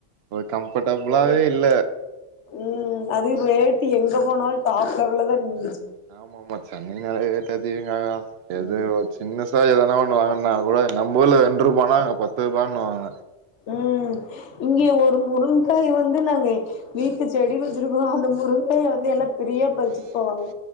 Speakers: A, on the right; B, on the left.
A: ஒரு கம்ஃபர்ட்டுபிளாவே இல்ல
B: உம் அது ரேட்டு எங்க போனால் தாப் லெவுல தான் நிண்டுச்சு
A: ஆமா ஆமா சென்னை நாலேப் <unintelligible> எது
B: ம்
A: ஒர் சின்னஸ் த்தா எதுனா ஒன்னு வாங்குனுன்னா கூட நம்பூர்ல ரெண்டு ரூவானா அங்கு பத்து ரூபான்னுவாங்க
B: உம் இங்கியே ஒரு முருங் ங்காயை வந்து நாங்க வீட்டு செடி வெச்சிருக்கோ அந்த முருங்காயை வந்து எல்லா பிரியா பறிச்சுட் போவாங்க